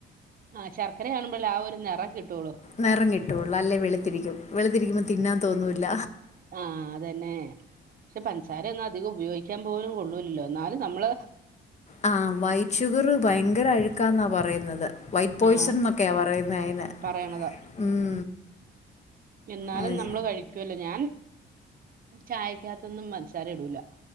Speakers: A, on the right (about 45°); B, on the left (about 35°).
A: ആഹ് ശർക്കര കാണുമ്പഴേ ആ ഒരു നിറം കിട്ടുവുള്ളൂ
B: നിറം കിട്ടുവുള്ളൂ അല്ലേ വെളുത്തിരിക്കും വെളുത്തിരിക്കുമ്പോ തിന്നാൻ തോന്നൂല്ല
A: ആഹ് അതന്നെ പക്ഷെ പഞ്ചസാര ഒന്നും അധികം ഉപയോഗിക്കാൻ പോലും കൊള്ളൂലല്ലോ എന്നാലും നമ്മള്
B: ആഹ് വൈറ്റ് ഷുഗറ് ഭയങ്കര അഴുക്കാന്നാ പറയുന്നത് വൈറ്റ് പോയ്സൺ
A: ആ
B: എന്നൊക്കെയാണ് പറയുന്നത് അയ്നെ
A: പറയണതാ
B: ഉം
A: എന്നാലും
B: അത്
A: നമ്മള് കഴിക്കോല്ലോ ഞാൻ ചായക്കകത്തൊന്നും പഞ്ചസാര ഇടൂല